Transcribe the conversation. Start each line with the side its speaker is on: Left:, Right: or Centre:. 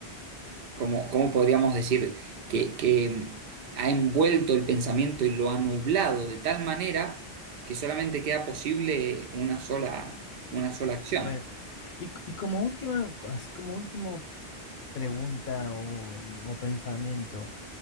Right: como, ¿cómo podríamos decir? Que, que ha envuelto el pensamiento y lo ha nublado de tal manera que solamente queda posible una sola, una sola acción.
Left: Bueno, y, c- y como última, así como último pregunta o, o pensamiento,